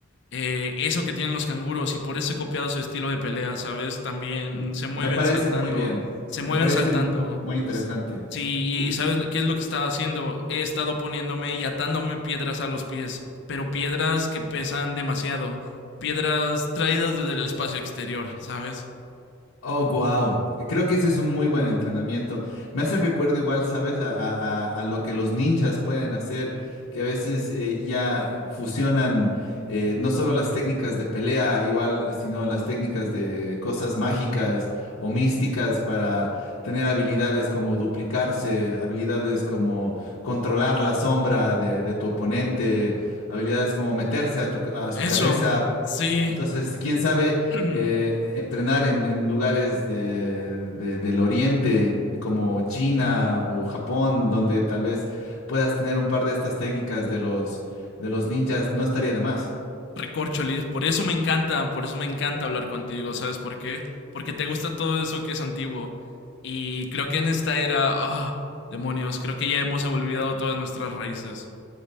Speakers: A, on the left; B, on the left.
A: eh, eso que tienen los canguros y por eso he copiado su estilo de pelea, ¿sabes? También
B: M-
A: se mueven
B: Me parece
A: saltando,
B: muy bien,
A: se
B: me
A: mueven
B: parece
A: saltando.
B: m- muy interesante.
A: S- Sí,
B: Y,
A: y ¿sabes qué es lo que estaba haciendo? He estado poniéndome y atándome piedras a los pies, pero piedras que pesan demasiado, piedras traídas desde el espacio exterior, ¿sabes?
B: Oh, wow. Creo que ese es un muy buen entrenamiento. Me hace recuerdo igual, ¿sabes? A, a- a- a lo que los ninjas pueden hacer, que a veces eh, ya eh, fusionan eh, no solo las técnicas de pelea, igual, sino las técnicas de cosas mágicas o místicas para tener habilidades como duplicarse, habilidades como controlar la sombra de, de tu oponente, habilidades como meterse a tu, a su
A: Eso,
B: cabeza.
A: sí.
B: Entonces, quién sabe
A: <clears throat>
B: eh, entrenar en, en lugares de- de- del Oriente, como China o Japón, donde tal vez puedas tener un par de estas técnicas de los, de los ninjas, no estaría de más.
A: Recorcholis, por eso me encanta, por eso me encanta hablar contigo, ¿sabes por qué? Porque te gusta todo eso que es antiguo. Y creo que en esta era, ah, demonios, creo que ya hemos olvidado todas nuestras raíces.